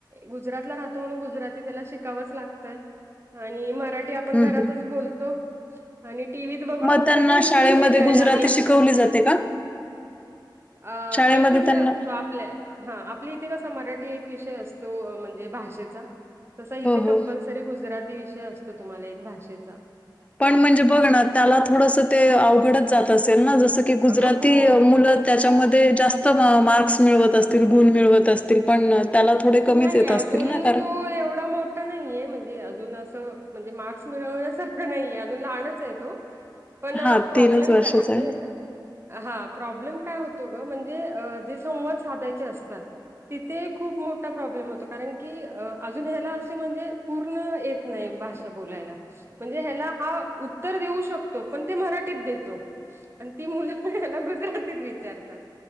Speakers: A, on the right; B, on the left.
A: गुजरातला राहतो म्हणून गुजराती त्याला शिकावंच लागतं आणि मराठी आपण
B: हं,
A: घरातच
B: हं.
A: बोलतो आणि टीव्हीत बघून
B: मग
A: बघून
B: त्यांना
A: आता हिंदी
B: शाळेमध्ये
A: शिकायला
B: गुजराती
A: लागलं
B: शिकवली जाते का?
A: अ
B: शाळेमध्ये
A: एक विषय
B: त्यांना
A: असतो आपल्या हा आपल्या इथे कसा मराठी एक विषय असतो म्हणजे भाषेचा तसा इथे
B: हो, हो.
A: क गुजराती विषय असतो तुम्हाला एक भाषेचा
B: पण म्हणजे बघ ना त्याला थोडंसं ते अवघडत जात असेल ना जसं की गुजराती
A: अगं खूप
B: मुलं त्याच्यामध्ये जास्त मार्क्स मिळवत असतील गुण मिळवत असतील पण त्याला थोडे कमीच
A: नाही
B: येत असतील
A: अजून
B: ना कारण
A: तो एवढा मोठ नाहीये म्हणजे अजून असं म्हणजे मार्क्स मिळवण्यासारखं नाही अजून लहानच आहे तो पण
B: हा
A: प्रॉब्लेम
B: तीनच वर्षाचा
A: काय म्हणजे
B: आहे
A: हा प्रॉब्लेम काय होतो ग म्हणजे जे संवाद साधायचे असतात. तिथे खूप मोठ प्रॉब्लेम होतो कारण की अजून ह्याला असे म्हणजे पूर्ण येत नाही भाषा बोलायला. म्हणजे ह्याला हा उत्तर देऊ शकतो पण ते मराठीत देतो. आणि ती मुलं पण त्यांना गुजरातीत विचारतात